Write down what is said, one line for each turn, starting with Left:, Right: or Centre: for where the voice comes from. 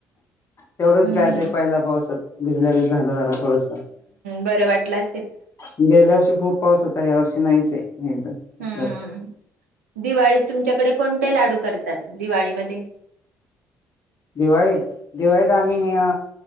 Left: तेवढंच
Right: हम्म
Left: काय
Right: हम्म
Left: ते पहिला पावसात. भिजल्याच झालं जरा थोडस.
Right: बर वाटलात.
Left: गेल्या वर्षी खूप पाऊस होता ह्या वर्षी नाहीच. एकदा कसलच
Right: हम्म. दिवाळीत तुमच्याकडे कोणते लाडू करतात? दिवाळीमध्ये?
Left: दिवाळीत. दिवाळीत आम्ही अ